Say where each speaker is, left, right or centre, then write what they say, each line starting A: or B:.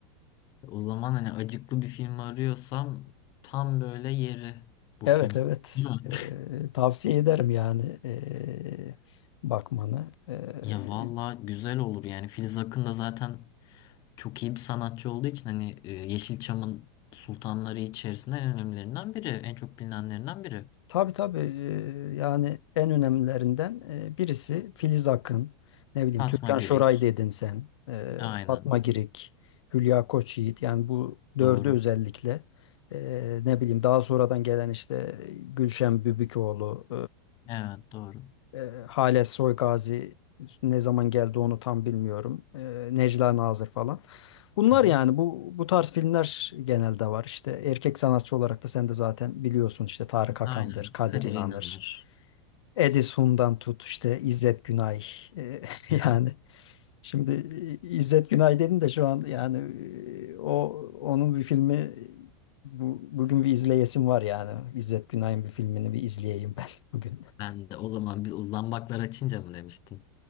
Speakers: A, on the left (about 25°); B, on the left (about 75°).
A: O zaman hani acıklı bir film arıyorsam tam böyle yeri bu
B: Evet
A: film.
B: evet
A: Değil mi?
B: Eee,
A: <laughs>
B: tavsiye ederim yani eee, bakmanı. Eee,
A: Ya valla güzel olur yani Filiz Akın da zaten çok iyi bir sanatçı olduğu için hani e, Yeşilçam'ın sultanları içerisinde en önemlilerinden biri, en çok bilinenlerinden biri.
B: Tabii tabii eee, yani en önemlilerinden eee, birisi Filiz Akın, ne bileyim
A: Fatma
B: Türkan
A: Girik.
B: Şoray dedin sen, eee,
A: Aynen.
B: Fatma Girik, Hülya Koçyiğit yani bu dördü
A: Doğru.
B: özellikle eee, ne bileyim daha sonradan gelen işte Gülşen Bübükoğlu
A: Evet doğru.
B: e, Hale Soygazi ne zaman geldi onu tam bilmiyorum. E, Necla Nazır falan. Bunlar
A: Hı hı.
B: yani bu bu tarz filmler genelde var. İşte erkek sanatçı olarak da sen de zaten biliyorsun işte Tarık Akan'dır,
A: Aynen.
B: Kadir
A: Kadir
B: İnanır,
A: İnanır.
B: Edison'dan tut işte İzzet Günay. E, <laughs> yani
A: Aha.
B: şimdi e, İzzet Günay dedin de şu an yani e, o onun bir filmi bu, bugün bir izleyesim var yani. İzzet Günay'ın bir filmini bir izleyeyim ben <laughs> bugün.
A: Ben de o zaman biz o zambaklar açınca mı demiştin?